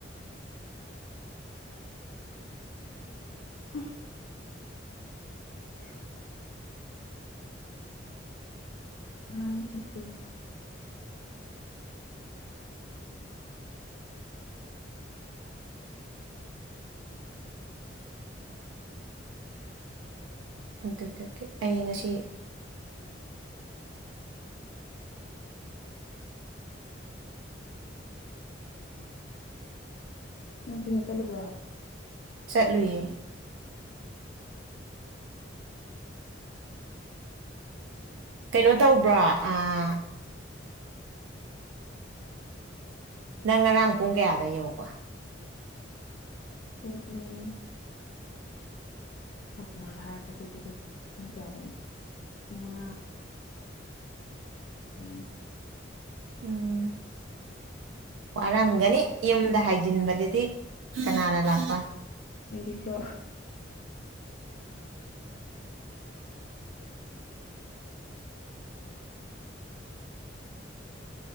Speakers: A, on the left; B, on the right.
A: ꯎ <unintelligible> <inaudible> ꯀꯥꯡꯅ ꯁꯤꯔ°ꯗꯥ
B: ꯑꯗꯨꯗꯒꯤ ꯑꯩ ꯉꯁꯤ
A: ꯅꯪ ꯇꯨꯏꯁꯟ ꯆꯠꯂꯨꯕ꯭ꯔꯣ
B: ꯆꯠꯂꯨꯌꯦꯗꯥ ꯀꯩꯅꯣ ꯇꯧꯕ꯭ꯔꯣ ꯑꯥꯑꯥ ꯅꯪ ꯉꯔꯥꯡ ꯄꯨꯡ ꯀꯌꯥꯗꯥ ꯌꯧꯕꯥ
A: ꯄꯨꯡꯡꯡ ꯃꯈꫭꯏꯅꯥ ꯍꯥꯏꯔꯛꯄꯗꯨꯕꯨ ꯄꯨꯡ ꯀꯌꯥꯗꯅꯣ ꯄꯨꯡ ꯃꯉꯥ ꯌꯧꯔꯝꯅꯤ
B: ꯎꯝꯝꯝ ꯋꯥꯔꯝꯒꯅꯤ ꯌꯨꯝꯗ ꯍꯥꯏꯖꯤꯟꯕꯗꯨꯗꯤ ꯀꯅꯥꯅ ꯂꯥꯛꯄ
A: ꯏꯈꯣ